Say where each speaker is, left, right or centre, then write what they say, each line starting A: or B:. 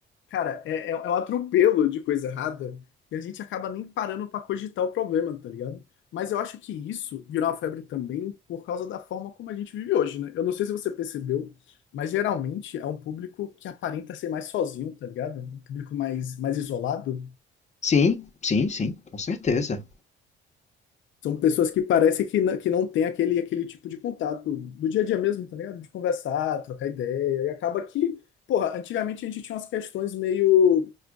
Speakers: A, on the left (about 75°); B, on the left (about 35°).
A: Cara, é, é é um atropelo de coisa errada e a gente acaba nem parando pra cogitar o problema, tá ligado? Mas eu acho que isso virou uma febre também por causa da forma como a gente vive hoje, né? Eu não sei se você percebeu, mas geralmente é um público que aparenta ser mais sozinho, tá ligado? Um público mais, mais isolado.
B: Sim, sim, sim, com certeza.
A: São pessoas que parece que, n- que não tem aquele, aquele tipo de contato do dia a dia mesmo, tá ligado? De conversar, trocar ideia. E acaba que, porra, antigamente a gente tinha umas questões meio,